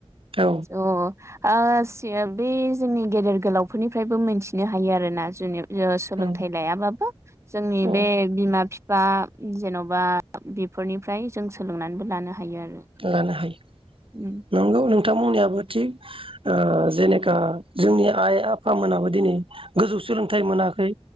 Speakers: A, on the right; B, on the right.
A: औ
B: <unintelligible> बे जोंनि गेदेर गोलावफोरनिफ्रायबो मोनथिनो हायो आरोना जुनि या सोलोंथाइ
A: औ
B: लायाबाबो। जोंनि
A: औ
B: बे बिमा-बिफ फा जेनबा बेफोरनिफ्राय जों सोलोंनानैबो लानो हायो आरो
A: लानो हायो
B: उम
A: नंगौ नों थां बुंनायाबो थिग ओ जेनेखा जोंनि आइ आफामोनाबो दिनै गोजौ सोलोंथाइ मोनाखै